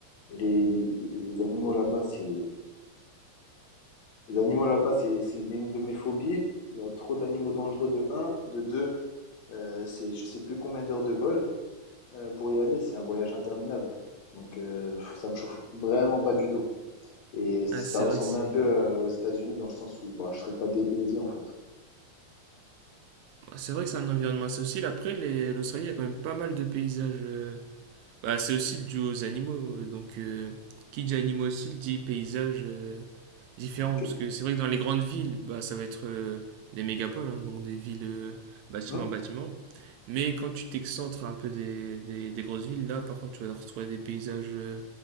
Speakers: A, on the left; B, on the right.
A: Mais les, les, les animaux là-bas, c'est les animaux là-bas, c'est c'est une de mes phobies. Il y a trop d'animaux dangereux de un, de deux, euh, c'est je sais plus combien d'heures de vol. Euh, pour y aller, c'est un voyage interminable. Donc, euh, ça me chauffe vraiment pas du tout. Et ça
B: Ah, c'est
A: ressemblait
B: vrai que c'est.
A: un peu euh, aux États-Unis dans le sens où bah, je serais pas dépaysé en fait.
B: Bah, C'est vrai que c'est un environnement assez hostile. Après, les- l'Australie, il y a quand même pas mal de paysages. euh, Bah, c'est aussi le duo aux animaux. euh, Donc, euh, qui dit animaux aussi dit paysages euh, différents.
A: Ok.
B: Parce que c'est vrai que dans les grandes villes, bah, ça va être euh, des mégapoles, hein, donc des villes euh, bâtiment
A: Hmm.
B: bâtiment. Mais quand tu t'excentres un peu des, des- des grosses villes, là, par contre, tu vas retrouver des paysages euh,